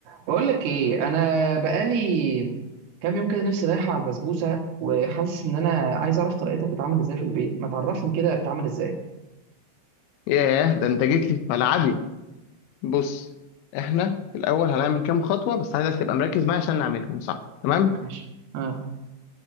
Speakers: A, on the right; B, on the left.
A: بقول لك ايه انا بقالي كام يوم كده نفسي رايحه على البسبوسه وحاسس ان انا عايز اعرف طريقتها بتتعمل ازاي في البيت ما تعرفني كده بتتعمل ازاي
B: ياه ده انت جيت لي في ملعبي بص احنا في الاول هنعمل كام خطوه بس عايزك تبقى مركز معايا عشان نعملهم صح تمام
A: ماشي اه